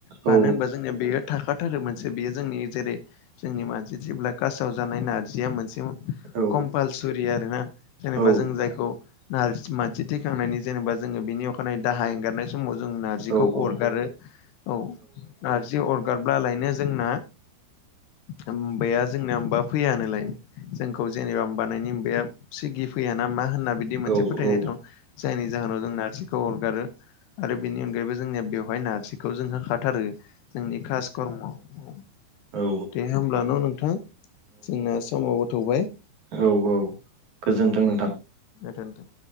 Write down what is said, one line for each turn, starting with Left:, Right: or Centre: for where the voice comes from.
Left: मानो
Right: औ
Left: होनबा जोंना बेयो थाखाथारो मोनसे बेयो जोंनि जेरै जोंनि मानसि थेब्ला कासाव जानाय नारजिया मोनसे
Right: औ
Left: कमपालसरि आरोना जेनेबा
Right: औ
Left: जों जायखौ नारजि मानसि थैखांनायनि जेनेबा जोङो बेनि अखानायै दाहा एंगारनाय समाव जों नारजिखौ
Right: औ औ
Left: अरगारो औ नारजि जि अरगारब्लालायनो जोंना होबाया जोंनिया होनबा फैयानोलायनो जोंखौ जेनेबा बानायनिया सिगि फैया ना मा होनना बिदि
Right: औ
Left: मोनसे फोथायनाय दं जायनि जाहोनाव जों नारजि खौ अरगारो आरो बेनि अनगायैबो जोंनिया बेवहाय नारजिखौ जों होखाथारो। जोंनि खासकर्म'आव
Right: औ
Left: दे होमब्ला न' नोंथां जोंना समाबो थौबाय
Right: औ औ गोजोन्थों नोंथां
Left: गोजोन्थों